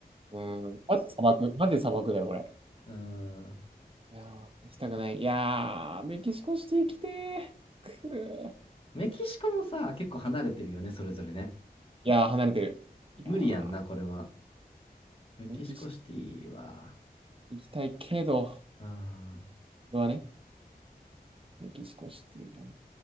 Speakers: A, on the right; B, on the left.
A: うん。マジで砂漠、マジで砂漠だよ、これ。
B: うん。
A: いやー、行きたくない。いやー、メキシコシティ来てー。くー。
B: メキシコもさ、結構離れてるよね、それぞれね。
A: いやー、離れてる。いやー、
B: 無理やんな、これは。メキシコシティは、
A: メキシコ行きたいけど、
B: うん。
A: これはね、メキシコシティなー。